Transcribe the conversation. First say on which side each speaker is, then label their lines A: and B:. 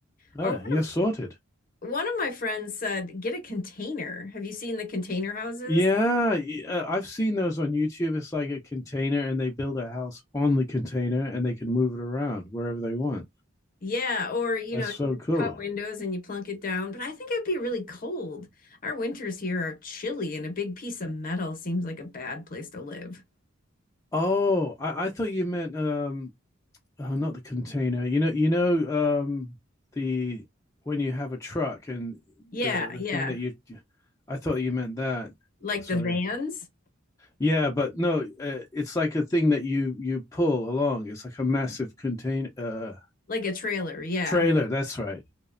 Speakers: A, on the left (about 15°); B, on the left (about 45°).
A: Oh,
B: Or one
A: you're sorted.
B: of one of my friends said, get a container. Have you seen the container houses?
A: Yeah, uh, I've seen those on YouTube. It's like a container, and they build a house on the container, and they can move it around wherever they want.
B: Yeah, or you
A: That's
B: know,
A: so
B: you just
A: cool.
B: cut windows and you plunk it down, but I think it would be really cold. Our winters here are chilly, and a big piece of metal seems like a bad place to live.
A: Oh, I, I thought you meant um, oh, not the container. You know, you know, um, the when you have a truck and
B: Yeah,
A: the the
B: yeah.
A: thing that you, I thought you meant that.
B: Like
A: Sorry.
B: the vans,
A: Yeah, but no, uh, it's like a thing that you you pull along. It's like a massive contain uh
B: like a trailer. Yeah.
A: trailer. That's right.